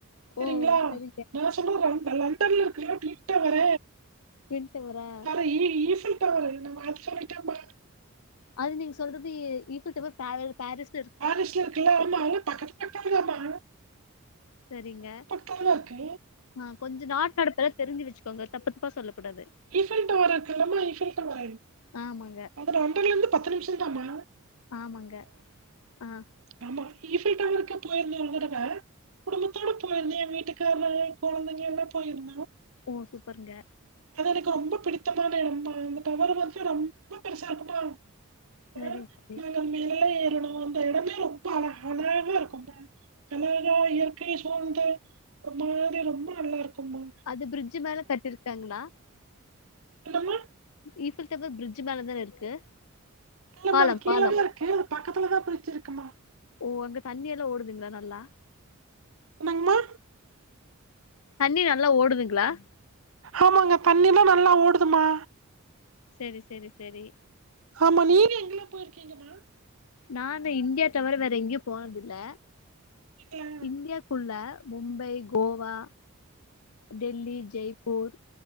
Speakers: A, on the right; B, on the left.
A: சரிங்ளா
B: ஓ சரிங்க
A: நா சொல்றது லன் லண்டன்ல இருக்குற கின்டவர
B: டின் டவரா
A: சரி இரு இருஃபீல்டவரு நம்ம <unintelligible>
B: அது நீங்க சொல்றது ஈஃபீல் டவர் பாரி பாரிஸ்
A: பாரிஸ்ல இருக்குல்ல ஆமாங்க பக்கத்து பக்கத்து தான்மா அதுவு
B: சரிங்க
A: எனக்கு
B: ஆ கொஞ்சம் நாட் நடப்பெல்லா தெரிஞ்சு வச்சுக்கோங்க தப்பு தப்பா சொல்ல கூடாது
A: ஈஃபல் டவர் இருக்குல்லம்மா ஈஃபீல் டவர்
B: ஆமங்க
A: லண்டன்லேருந்து பத்து நிம்ஷோ தான்ம்மா
B: ஆமங்க ஆ
A: ஆமா ஈஃபீல் டவருக்கு போயிருந்த ஒரு தடவ குடும்பத்தோடு போய்ர்ந்த என் வீட்டுக்காருலா கொழந்தைங்கள்லா போய்ந்த
B: ஓ சூப்பருங்க
A: அது எனக்கு ரொம்ப பிடித்தமான எடமா அந்த டவர் வந்துட்டு ரொம்ப பெருசா இருக்குமா
B: சரி
A: அ
B: சரி
A: நாங்க மேல ஏறணும் அந்த எடமே ரொம்ப அழ அழகா இருக்குமா அழகா இயற்கை சூழ்ந்த ஒரு மாதிரி ரொம்ப நல்லா இருக்குமா
B: அது பிரிட்ஜ்ஜி மேல கட்டிருக்காங்ளா
A: என்னம்மா
B: ஈஃபீல் டவர் பிரிட்ஜ்ஜி மேல தான இருக்கு
A: இல்லமா
B: பாலம்
A: அது கீழதா
B: பாலம்
A: இருக்கு அது பக்கத்துலதா பிரிட்ஜ் இருக்குமா
B: ஓ அங்க தண்ணி எல்லா ஓடுதுங்ளா நல்லா
A: என்னங்மா
B: தண்ணி நல்லா ஓடுதுங்ளா
A: ஆமாங்க தண்ணில்லா நல்லா ஓடுதுமா
B: செரி செரி செரி
A: ஆமா நீங்க எங்கெல்லா போயிருக்கீங்கம்மா
B: நானு இந்தியா தவிர வேற எங்கயும் போனதில்ல
A: நீங்களா
B: இந்தியா க்குள்ள மும்பை கோவா டெல்லி ஜெய்ப்பூர்